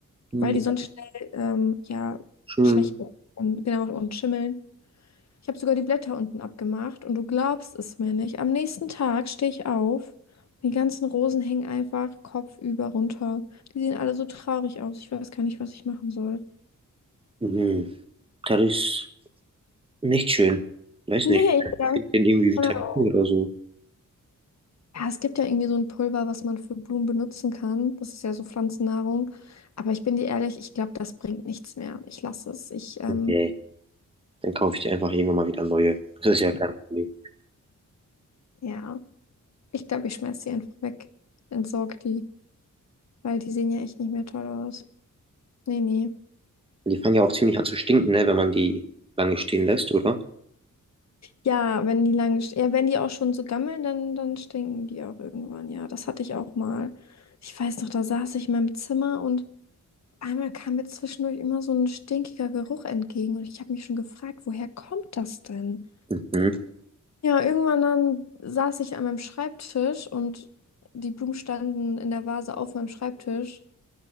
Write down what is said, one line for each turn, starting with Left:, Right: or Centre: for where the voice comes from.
Right: Mhm.
Left: weil die sonst schnell ähm, ja
Right: Schön.
Left: schlecht werden und genau und schimmeln. Ich habe sogar die Blätter unten abgemacht und du glaubst es mir nicht. Am nächsten Tag stehe ich auf. Die ganzen Rosen hängen einfach kopfüber runter. Die sehen alle so traurig aus. Ich weiß gar nicht, was ich machen soll.
Right: Mhm. Das ist Nicht schön. Weiß
Left: <laughs> Nee,
Right: nicht.
Left: ich glaube.
Right: Fehlt denen irgendwie Vitamine
Left: genau.
Right: oder so?
Left: Ja, es gibt ja irgendwie so ein Pulver, was man für Blumen benutzen kann. Das ist ja so Pflanzennahrung. Aber ich bin dir ehrlich, ich glaube, das bringt nichts mehr. Ich lasse es. Ich, ähm,
Right: Nee. Dann kaufe ich dir einfach irgendwann mal wieder neue. Das ist ja kein Problem.
Left: ja, ich glaube, ich schmeiß die einfach weg. Entsorge die, weil die sehen ja echt nicht mehr toll aus. Nee, nee.
Right: Die fangen ja auch ziemlich an zu stinken, ne, wenn man die lange stehen lässt, oder?
Left: Ja, wenn die lange, ja, wenn die auch schon so gammeln, dann, dann stinken die auch irgendwann. Ja, das hatte ich auch mal. Ich weiß noch, da saß ich in meinem Zimmer und einmal kam mir zwischendurch immer so ein stinkiger Geruch entgegen und ich habe mich schon gefragt, woher kommt das denn?
Right: Mhm.
Left: Ja, irgendwann dann saß ich an meinem Schreibtisch und die Blumen standen in der Vase auf meinem Schreibtisch